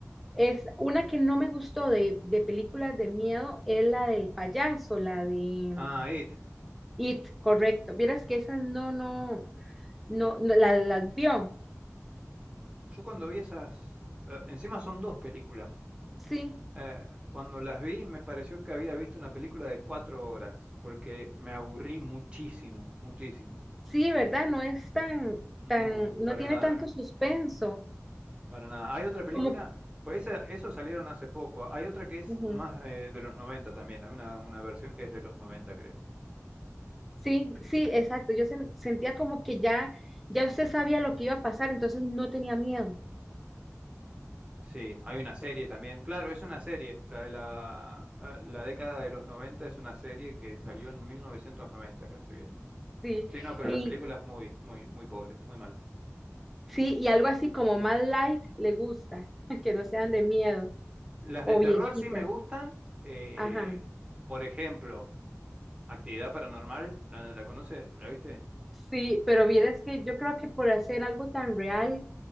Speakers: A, in the centre; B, on the right.
A: Es una que no me gustó de, de películas de miedo, es la del payaso, la de mm,
B: Ah, It.
A: It, correcto. Vieras que esas no, no, no, no la- las vio.
B: Yo cuando vi esas, eh, encima son dos películas.
A: Sí,
B: Eh, cuando las vi me pareció que había visto una película de cuatro horas, porque me aburrí muchísimo, muchísimo.
A: sí, ¿verdad? No es tan,
B: No,
A: tan, no
B: para
A: tiene
B: nada.
A: tanto suspenso.
B: Para nada. Hay otra película,
A: Como,
B: pues esa, eso salieron hace poco. Hay otra que es
A: ujú.
B: más eh, de los 90 también. Hay una, una versión que es de los noventa, creo.
A: Sí, sí, exacto. Yo sen- sentía como que ya, ya usted sabía lo que iba a pasar, entonces no tenía miedo.
B: Sí, hay una serie también. Claro, es una serie. La de la, ah, la década de los 90 es una serie que salió en 1990. acá estoy viendo.
A: Sí,
B: Sí, no, pero
A: y
B: las películas muy, muy, muy pobres, muy malas.
A: sí, y algo así como más light le gusta, <laughs> que no sean de miedo
B: Las
A: o
B: de terror
A: viejitas.
B: sí me gustan. eh,
A: Ajá.
B: por ejemplo, Actividad Paranormal, ¿la, la conoces? ¿La viste?
A: Sí, pero vieras que yo creo que por hacer algo tan real,